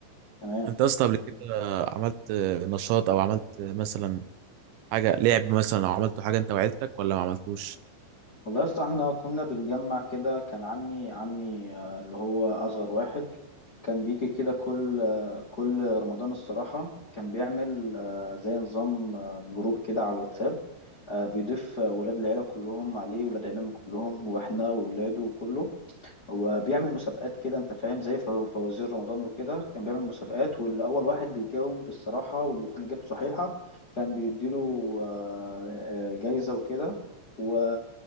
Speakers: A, on the left (about 70°); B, on the right (about 80°).
A: تمام
B: انت اصلا قبل كده عملت نشاط او عملت مثلا حاجه لعب مثلا او عملت حاجه انت وعيلتك ولا ما عملتوش
A: والله يا اسطى احنا كنا بنجمع كده كان عمي عمي آه، اللي هو أصغر واحد كان بيجي كده كل كل رمضان الصراحة كان بيعمل آه، زي نظام آه، جروب كده على الواتساب آه، بيضيف آه، ولاد العيلة كلهم عليه ولاد عمامي كلهم واحنا وولاده وكله هو بيعمل مسابقات كده انت فاهم زي فو- فوازير رمضان وكده كان بيعمل مسابقات واللي اول واحد بيجاوب بالصراحه واللي بيكون اجابته صحيحه كان بيديله آه، آه، جايزه وكده و...